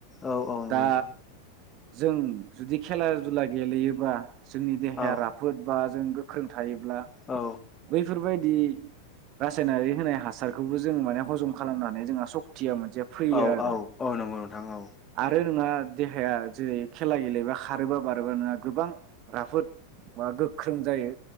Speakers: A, on the left; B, on the right.
A: औ औ नंगौ
B: दा
A: नोंथां
B: जों जुदि खेला दुला गेलेयोबा जोंनि देहाया
A: औ
B: राफोद बा जों गोख्रों थायोब्ला
A: औ
B: बैफोरबायदि रासायनारि होनाय हासारखौबो जों माने हजम खालामनानै जोंहा सक्तिया मोन जे फैयो
A: औ
B: आरो
A: औ औ नंगौ नोंथां औ
B: आरो नोंङा देहाया जेरै खेला गेलेबा खारोबा बार रोबा नोंहा गोबां राफोद बा गोख्रों जायो